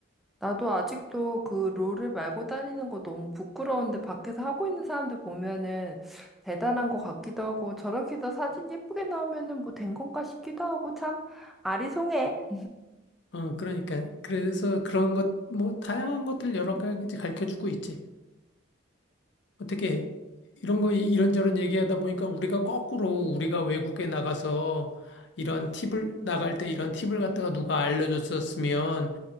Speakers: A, in the centre; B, on the left.
A: 나도 아직도 그 롤을 말고 다니는 거 너무 부끄러운데 밖에서 하고 있는 사람들 보면은 대단한 것 같기도 하고 저렇게 해서 사진 예쁘게 나오면은 뭐 된 건가 싶기도 하고 참 아리송해.
B: 어, 그러니까. 그래서 그런 것, 뭐, 다양한 것들 여러 가지 가르쳐주고 있지. 어떻게, 이런 거 이- 이런저런 얘기하다 보니까 우리가 거꾸로 우리가 외국에 나가서 이런 팁을, 나갈 때 이런 팁을 갖다가 누가 알려줬었으면